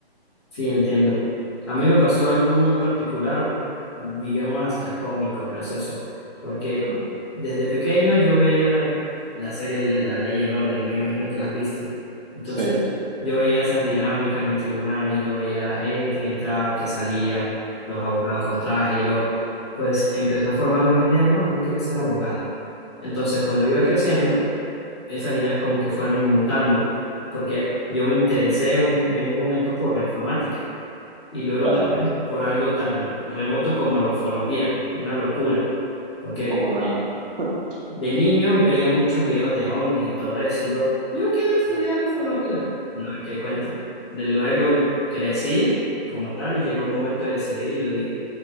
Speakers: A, on the left; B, on the right.
A: Sí, entiendo. A mí me pasó algo muy particular, digamos hasta cómico, gracioso, porque
B: <laughs>
A: desde pequeño yo veía la serie de La Ley y el Orden, me imagino que la has visto. Entonces,
B: Sí,
A: yo veía esas dinámicas en tribunales, yo veía a la gente que entraba, que salía, los abogados con traje, y yo pues empecé a formar una idea, no, yo quiero ser abogado. Entonces, cuando iba creciendo, esas ideas como que fueron mutando, porque yo me interesé un- en un momento por la informática. Y luego
B: claro,
A: también por algo tan remoto como la ufología, una locura, porque
B: un poco raro.
A: de,
B: <laughs>
A: de niño veía muchos videos de ovnis y todo eso, y yo, yo quiero estudiar ufología. No, qué cuento. De luego crecí como tal y llegó el momento de decidir y yo dije,